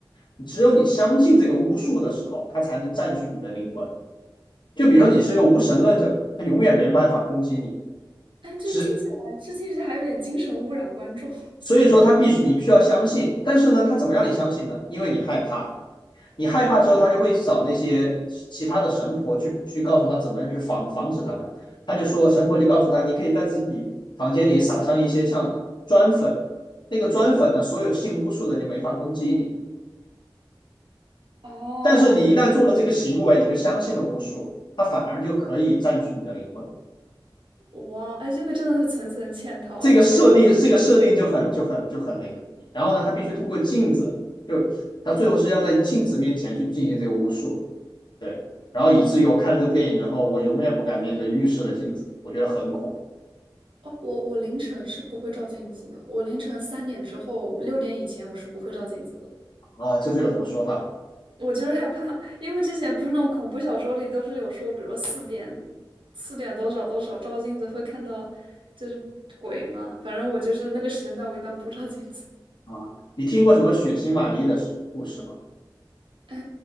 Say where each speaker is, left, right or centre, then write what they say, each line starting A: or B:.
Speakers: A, on the left (about 65°); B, on the right (about 80°).
A: 你。只有你相信这个巫术的时候，它才能占据你的灵魂。就比如说你是个无神论者，它永远没办法攻击你。
B: 哎，这听起来，
A: 只
B: 这听起来还有点精神污染观众。
A: 所以说，它必须你必须要相信，但是呢，它怎么让你相信呢？因为你害怕，你害怕之后，他就会找那些其他的神婆去去告诉他怎么样去防防止他们。他就说，神婆就告诉他，你可以在自己房间里撒上一些像砖粉，那个砖粉呢，所有信巫术的就没法攻击你。
B: <laughs> 哦，
A: 但是你一旦做了这个行为，你就相信了巫术，它反而就可以占据你的灵魂。
B: 哇，哎，这个真的是层层嵌套，而且是
A: 这个设定，这个设定就很就很就很那个。然后呢，他必须通过镜子，就他最后是要在镜子面前去进行这个巫术。对，然后以至于我看了这部电影之后，我永远不敢面对浴室的镜子，我觉得很恐
B: 哦，我我凌晨是不会照镜子的，我凌晨三点之后、六点以前我是不会照镜子的。
A: 怖啊！这是有什么说法吗？
B: 我就是害怕，因为之前不是那种恐怖小说里都是有说，比如说四点、四点多少多少照镜子会看到就是鬼嘛。反正我就是那个时间段，我一般不照镜子。
A: 啊，你听过什么血腥玛丽的故事吗？
B: 哎，